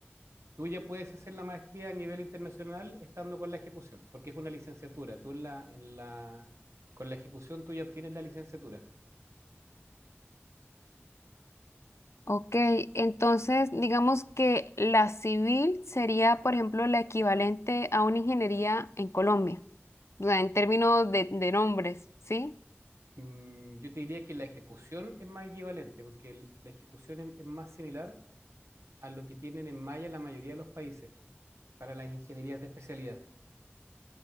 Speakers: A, on the right; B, on the left.
A: Tú ya puedes hacer la maestría a nivel internacional estando con la ejecución, porque es una licenciatura. Tú en la, en la, con la ejecución tú ya obtienes la licenciatura.
B: ok, entonces digamos que la civil sería, por ejemplo, la equivalente a una ingeniería en Colombia, o sea, en términos de, de nombres, ¿sí?
A: Mm, yo te diría que la ejecución es más equivalente, porque el- la ejecución es, es más similar a lo que tienen en Maya la mayoría de los países para las ingenierías de especialidad.